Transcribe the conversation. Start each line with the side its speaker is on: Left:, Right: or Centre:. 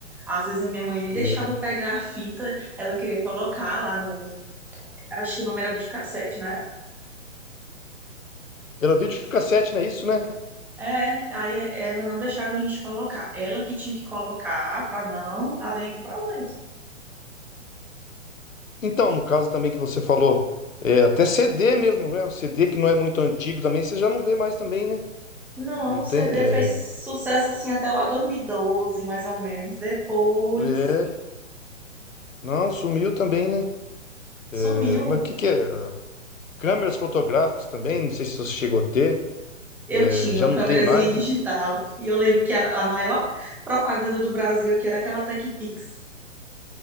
Centre: Às vezes a minha mãe nem deixava
Left: verdade.
Centre: eu pegar a fita, ela queria colocar lá no. Acho que o nome era videocassete, né?
Left: Era videocassete, não é isso, né?
Centre: É, aí ela não deixava a gente colocar. Ela que tinha que colocar para não dar nenhum problema.
Left: Então, no caso também que você falou, é, até CD mesmo, né? O CD que não é muito antigo também, você já não vê mais também, né?
Centre: Não,
Left: Não
Centre: o
Left: tem,
Centre: CD
Left: é,
Centre: fez sucesso assim até lá 2012, mais ou menos. Depois
Left: é, não, sumiu também, né?
Centre: sumiu.
Left: É, mas o que que é? Câmeras fotográficas também, não sei se você chegou a ter.
Centre: Eu
Left: é,
Centre: tinha
Left: já
Centre: uma
Left: não
Centre: câmerazinha
Left: tem mais,
Centre: digital
Left: né?
Centre: e eu lembro que a, a maior propaganda do Brasil que era aquela Techpix